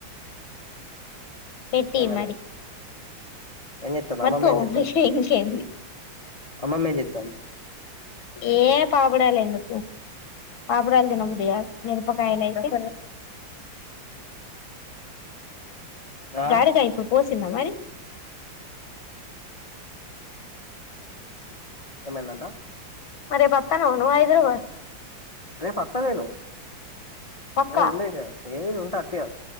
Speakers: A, on the left; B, on the left.
A: పెట్టి
B: ఏమైంది
A: మరి
B: ఏం చేత్తాంది
A: మరి
B: అమ్మమ్మ
A: తోమేషేయ్
B: ఏం చేత్తాంది
A: ఇంకేంది
B: అమ్మమ్మ ఏం చేత్తాంది
A: ఏ పాపడాలెందుకు పాపుడాలు తినబుద్ది గాద్ మిరపకాయలైతే
B: ఆ
A: డాడి కా ఇప్పుడు పోసి తిన్న మరి
B: ఏమైందంటా
A: మరి రేపొత్తన్నవ నువ్వు హైదరాబాద్
B: రేపత్త నేను
A: పక్కా
B: ఏ ఉండిగ ఏమి నేనుంటా అంటి గదా